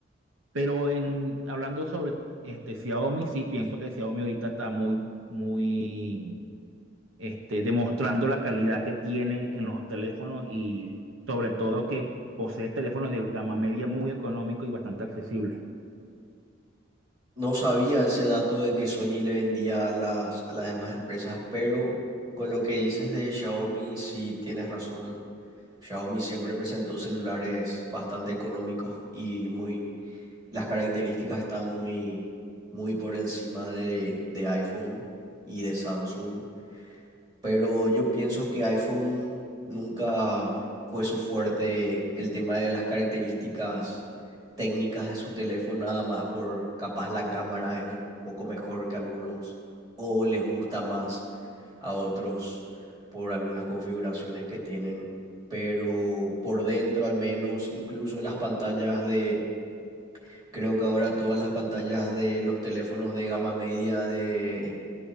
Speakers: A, on the right (about 85°); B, on the right (about 20°).
A: Pero en, hablando sobre este, Xiaomi, sí pienso que Xiaomi ahorita está muy, muy este, demostrando la calidad que tienen en los teléfonos y sobre todo que posee teléfonos de gama media muy económico y bastante accesible.
B: No sabía ese dato de que Sony le vendía a las, a las demás empresas, pero con lo que dices de Xiaomi, sí tienes razón. Xiaomi siempre presentó celulares bastante económicos y muy, Las características están muy, muy por encima de, de iPhone y de Samsung, pero yo pienso que iPhone nunca fue su fuerte el tema de las características técnicas de su teléfono, nada más por capaz la cámara es un poco mejor que algunos o les gusta más a otros por algunas configuraciones que tienen, pero por dentro al menos, incluso las pantallas de Creo que ahora todas las pantallas de los teléfonos de gama media de,